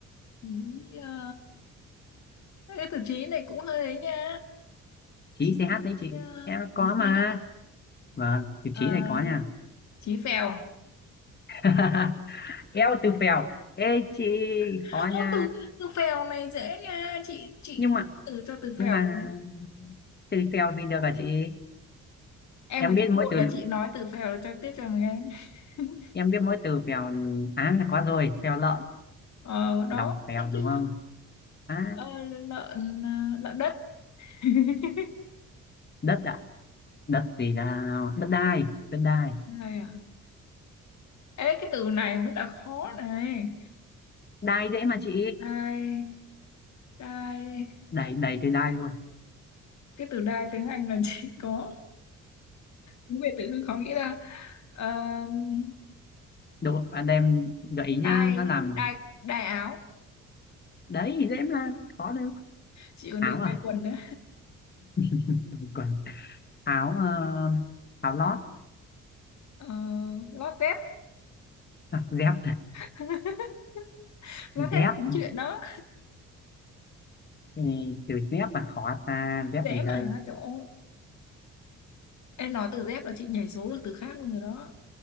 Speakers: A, on the left; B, on the left.
A: Ý, ờ, cái từ chí này cũng hơi ấy nha
B: chí
A: chí
B: ch đấy chị
A: ờ,
B: em có
A: chí
B: mà
A: thế nào
B: vâng từ
A: Ờ,
B: chí này có nha
A: chí phèo
B: <laughs> eo từ phèo ê chị
A: <laughs>
B: khó
A: ô
B: nha
A: từ từ phèo này dễ nha chị chị
B: nhưng mà
A: từ cho từ
B: nhưng
A: phèo
B: mà
A: cũng
B: từ phèo gì được hả chị
A: em
B: em
A: mà
B: biết
A: chị
B: mỗi
A: ngồi
B: từ
A: là chị nói từ phèo cho tiếp cho mình nghe <laughs>
B: em biết mỗi từ phèo á là có rồi phèo lợn
A: ờ đó
B: lòng phèo
A: thấy
B: đúng
A: chưa
B: không á
A: Ờ, lợn ờ, lợn đất <laughs>
B: đất ạ đất gì nào đất đai đất đai
A: đây à ê cái từ này mới là khó này
B: đai dễ mà chị
A: đai đai
B: đầy
A: đai
B: đầy từ đai luôn
A: cái từ đai tiếng Anh là chỉ có tiếng Việt tự dưng khó nghĩ ra um,
B: đúng anh đem gợi ý nhá
A: đai
B: nó làm
A: đai đai áo
B: đấy dễ mà khó đâu
A: chị còn
B: áo
A: định
B: à
A: đai quần nữa
B: <laughs> quần áo ờ, áo lót
A: Ờ, lót dép
B: <laughs> dép
A: <laughs> lót
B: dép
A: dép là cũng chuyện đó
B: Ừ, chữ dép mà khó ta dép
A: dễ
B: gì
A: mà
B: đây
A: trời ơi em nói từ dép là chị nhảy số được từ khác luôn rồi đó